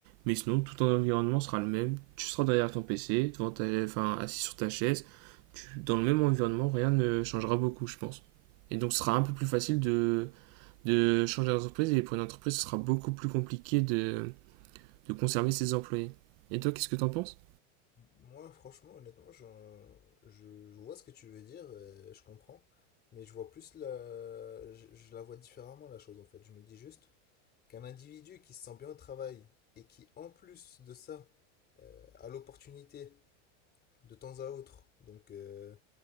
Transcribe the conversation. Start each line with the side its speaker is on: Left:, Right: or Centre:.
Right: Mais sinon, tout ton environnement sera le même. Tu seras derrière ton PC, devant ta, enfin, assis sur ta chaise. Tu- dans le même environnement, rien ne changera beaucoup, je pense. Et donc, ce sera un peu plus facile de, de changer d'entreprise. Et pour une entreprise, ce sera beaucoup plus compliqué de, de conserver ses employés. Et toi, qu'est-ce que t'en penses?
Left: Moi, franchement, honnêtement, j'en- je, je vois ce que tu veux dire, euh, je comprends, mais je vois plus la, je, je la vois différemment la chose en fait. Je me dis juste qu'un individu qui se sent bien au travail et qui, en plus de ça, euh, a l'opportunité de temps à autre, donc euh,